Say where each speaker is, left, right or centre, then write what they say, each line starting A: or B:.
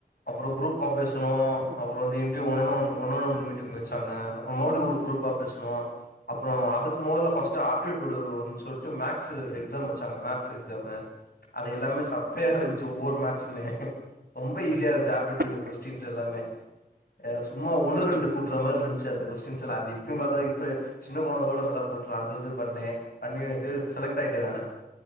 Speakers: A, on the left; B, on the right.
A: அப்புற குரூப்பா பேசணு
B: ம்
A: அப்புற வந்து அப்படியே ஒண்னொன் ஒன் ஒண்னொன் மீட்டுங் வச்சாங்க அப்றம் மோடி ஒரு குரூப்பா பேசனோ அப்புற அதுக்கு முதல ஃபஸ்ட் ஆப்டிடூடு வரும் சொல்லிட்டு மேக்ஸ் எக்ஸாம் ச்சாங்க மேக்ஸ் எக்ஸ்சாம்மு அது எல்லாமே சப்பைய இருந்துச்சி
B: சரி
A: ஒவ்வொரு மேக்ஸுமே ரொம்ப ஈஸியா இருந்ச்சி ஆப்ட்டிடூடு
B: ஓகே
A: கொஸ்டின்ஸ் எல்லாமே <unintelligible> சும்மா ஒன்னு
B: ஓகே
A: ரெண்டு
B: ஓகே
A: கூட்ற மாரி இருந்ச்சு அது கொஸ்டிண்ஸ் எல்லா இப்பயும் பாத்தா இப்ப சின்ன குழந்தை கூட நல்லா போட்றும் அந்த இது பண்ணே பண்ணி <unintelligible> செலக்ட் ஆயிட்டேன் நானு